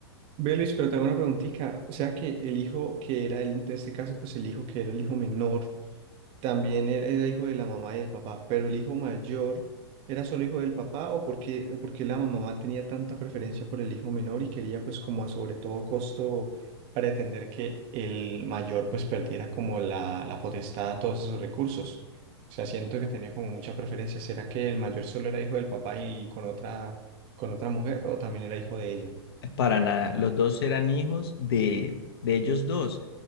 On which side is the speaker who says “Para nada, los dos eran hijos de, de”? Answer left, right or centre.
Left